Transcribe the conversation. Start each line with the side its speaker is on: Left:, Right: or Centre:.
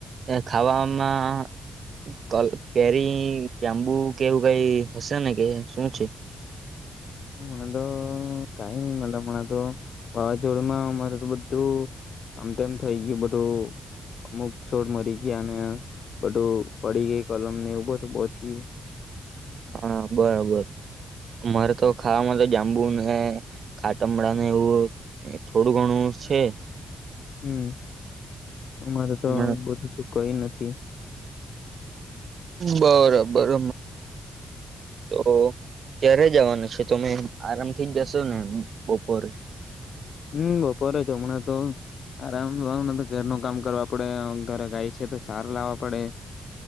Right: ખાવામાં કેરી જાંબુ કેવું કઈ હશે ને કે શું છે.
Left: મને તો કઈ ન મ મને તો વાવાઝોડમાં મારે તો બધું આમ તેમમ થઈ ગયું બધું અમુક છોડ મરી ગયા અને બધું પડી ગય કલમ ને એવું બધું બહતી ગયું.
Right: હા બરોબર મામારે તો ખાવામાં તો જાંબુ ને ખાટમડા ને એવું થોડું ઘણું છે.
Left: હમ. અમારે તો
Right: હમણાં
Left: બધું. કઈ નથી.
Right: બરોબર તો ક્યારે જવાનું છે તમે આરામ થી જ જશો ને બપોરે.
Left: હમ બપોરે જ હમણાં તો આરામ ઘરનું કામ કરવા પડે ઘરે ગાય છે તો ચાર લાવવા પડે